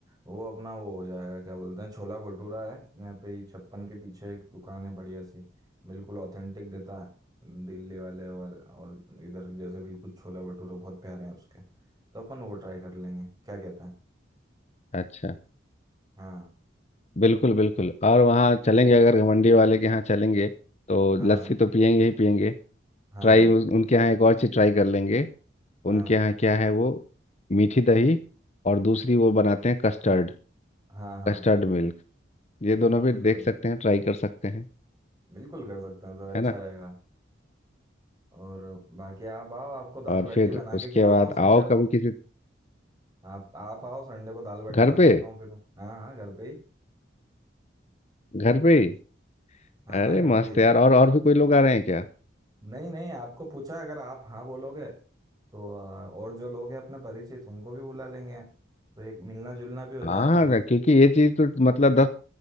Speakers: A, on the right; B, on the left.
A: वो अपना वो हो जाएगा क्या बोलते हैं छोला भटूरा है यहाँ पे ही छप्पन के पीछे एक दुकान है बढ़िया सी बिल्कुल ऑथेंटिक देता है दिल्ली वाले वाले और इधर जैसे बिल्कुल छोला भटूरा बहुत प्यारे हैं उसके तो अपन वो ट्राई कर लेंगे क्या कहते हैं
B: अच्छा
A: हाँ
B: बिल्कुल बिल्कुल और वहाँ चलेंगे अगर घमंडी वाले के यहाँ चलेंगे तो
A: हाँ
B: लस्सी तो पियेंगे ही पियेंगे
A: हाँ
B: ट्राई
A: हाँ
B: उनके यहाँ एक और चीज़ ट्राई कर लेंगे
A: हाँ
B: उनके यहाँ क्या है वो मीठी दही और दूसरी वो बनाते हैं कस्टर्ड
A: हाँ हाँ
B: कस्टर्ड मिल्क ये दोनों
A: बिल्कुल
B: भी
A: बिल्कुल
B: देख सकते हैं ट्राई कर सकते हैं
A: बिल्कुल कर सकते हैं सर अच्छा
B: है ना
A: रहेगा और बाकी आप आओ आपको दाल
B: और
A: बाटी
B: फिर
A: बना
B: उसके
A: के खिलाता
B: बाद
A: हूँ
B: आओ
A: संडे को
B: कभी किसी
A: आप आप आओ संडे को दाल बाटी
B: घर
A: बनाता
B: पे
A: हूँ फिर हाँ हाँ घर पे ही
B: घर पे ही
A: हाँ
B: अरे
A: हाँ घर
B: मस्त
A: पे ही
B: यार और और भी कोई लोग आ रहे हैं क्या
A: नहीं नहीं आपको पूछा अगर आप हाँ बोलोगे तो आ, और जो लोग हैं अपने परिचित उनको भी बुला लेंगे तो एक मिलना जुलना भी हो
B: हाँ
A: जाएगा
B: ना, क्योंकि ये चीज़ तो मतलब दस